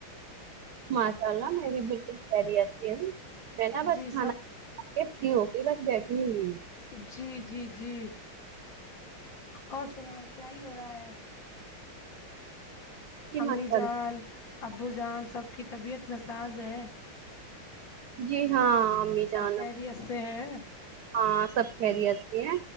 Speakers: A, on the right (about 60°); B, on the left (about 65°).
A: ماشاء اللہ میں بھی بالکل خیریت سے ہوں میں نا بس
B: جی
A: کھانا
B: سب
A: کی ہو کے بس بیٹھی ہوئی ہوں
B: جی جی جی اور سنا کیا ہی ہو رہا ہے
A: جی
B: امی
A: ماشاء
B: جان
A: اللہ
B: ابو جان سب کی طبیعت ناساز ہے
A: جی ہاں امی جان
B: اب خریت سے ہیں
A: ہاں سب خیریت سے ہے